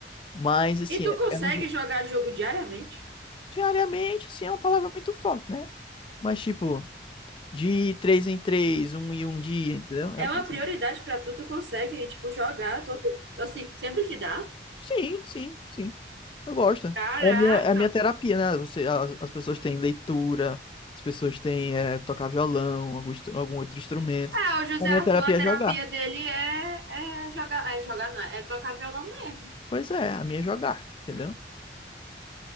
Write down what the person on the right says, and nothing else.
E tu
consegue
jogar jogo diariamente?
É uma
prioridade pra tu, tu consegue, tipo, jogar todo. Assim, sempre que dá.
Caraca.
É, o José
Arthur,
a
terapia
dele é, é jogar, é jogar não, é tocar violão mesmo.